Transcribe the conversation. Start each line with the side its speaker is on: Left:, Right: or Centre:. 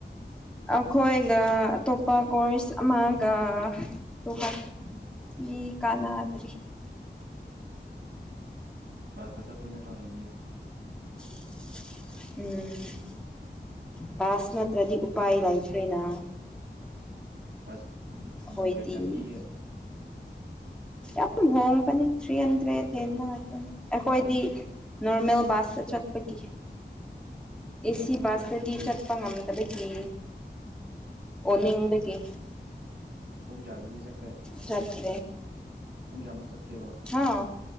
Centre: ꯑꯈꯣꯏꯅ ꯑꯇꯣꯞꯄ ꯀꯣꯔꯁ ꯑꯃꯒ <unintelligible> ꯃꯤ ꯀꯥꯟꯅꯗ꯭ꯔꯤ
Right: ꯀ꯭ꯂꯥꯁꯇ ꯆꯠꯇꯣꯏ ꯅꯠꯇ꯭ꯔꯣ ꯍꯌꯦꯡꯗꯤ
Centre: <unintelligible> ꯎꯝ ꯄꯥꯁ ꯅꯠꯇ꯭ꯔꯗꯤ ꯎꯄꯥꯥꯏ ꯂꯩꯇ꯭ꯔꯤꯅ
Right: ꯕꯁ
Centre: ꯑꯩꯈꯣꯏꯗꯤ
Right: ꯃꯃꯟ ꯀꯌꯥ ꯀꯌꯥ ꯄꯤꯒꯦ
Centre: ꯑꯗꯨꯝ ꯍꯣꯡꯕꯅꯦ ꯊ꯭ꯔꯤ ꯍꯟꯗ꯭ꯔꯦꯠ ꯍꯦꯟꯕ ꯉꯥꯛꯇꯅꯤ ꯑꯈꯣꯏꯗꯤ ꯅꯣꯔꯃꯦꯜ ꯕꯥꯁꯇ ꯆꯠꯄꯒꯤ ꯑꯦꯁꯤ ꯕꯁꯗꯗꯤ ꯆꯠꯄ ꯉꯝꯗꯕꯒꯤ ꯑꯣꯅꯤꯡꯕꯒꯤ
Right: ꯄꯨꯡ ꯀꯌꯥꯗꯗꯤ ꯆꯠꯀꯦ
Centre: ꯆꯠꯇ꯭ꯔꯦ
Right: ꯄꯨꯡ ꯀꯌꯥꯃꯨꯛ ꯆꯠꯀꯦꯕ
Centre: ꯍꯥ